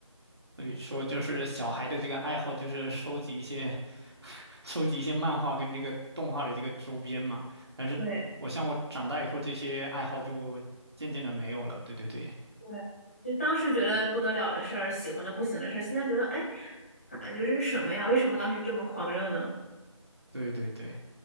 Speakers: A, on the right; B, in the centre.
A: 所以说，就是小孩的这个爱好，就是收集一些，<laughs> 收集一些漫画跟这个动画的这个周边嘛。但是我像我长大以后，
B: 对
A: 这些爱好就渐渐的没有了。对对对，
B: 对，就当时觉得不得了的事儿，喜欢的不行的事儿，现在觉得，哎，感觉这是什么呀？为什么当时这么狂热呢？
A: 对对对，